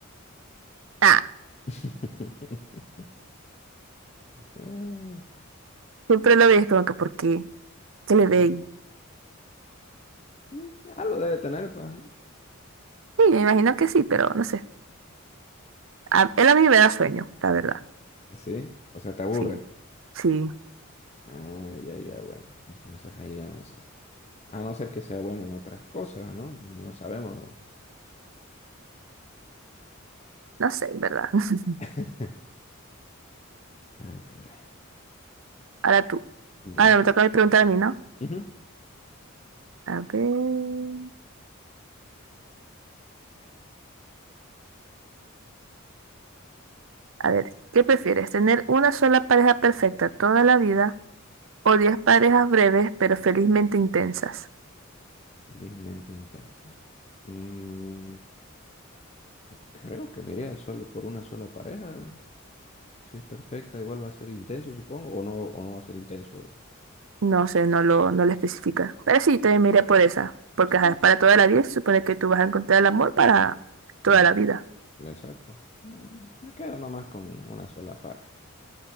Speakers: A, on the right (about 65°); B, on the left (about 30°).
A: Ah,
B: <laughs> Ay,
A: siempre lo veis como que ¿por qué? ¿Qué le
B: ah,
A: veis?
B: mm, algo debe tener, pues, ¿no?
A: Sí, me imagino que sí, pero no sé. A- él a mí me da sueño, la verdad.
B: Sí, o sea, te aburre.
A: Sí, sí.
B: Ah, ya, ya, bueno. Entonces ahí ya no sé. A no ser que sea bueno en otras cosas, ¿no? No sabemos.
A: No sé, en verdad. <laughs>
B: <laughs> Ah, caray.
A: Ahora tú.
B: Ya.
A: Ahora me toca preguntar a mí, ¿no?
B: Ujú.
A: A ver. A ver, ¿qué prefieres? ¿Tener una sola pareja perfecta toda la vida o 10 parejas breves pero felizmente intensas?
B: Felizmente intensa. Mm, Creo que me iría solo por una sola pareja. Si es perfecta, igual va a ser intenso, supongo, o no, o no va a ser intenso.
A: No sé, no lo, no lo especifica. Pero sí, también me iría por esa. Porque
B: Sí,
A: ajá, para toda la vida se supone que tú vas a encontrar el amor para toda
B: mm,
A: la vida.
B: exacto. Me me quedo nomás con una sola pareja.